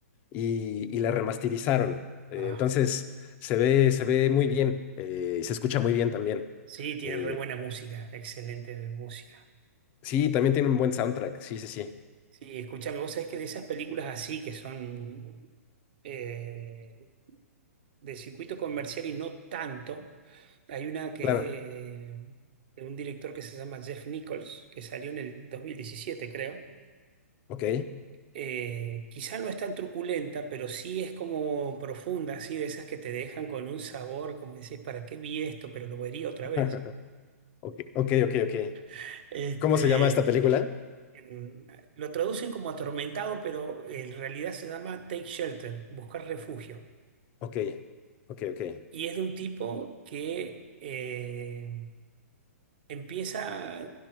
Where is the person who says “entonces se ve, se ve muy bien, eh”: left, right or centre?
Left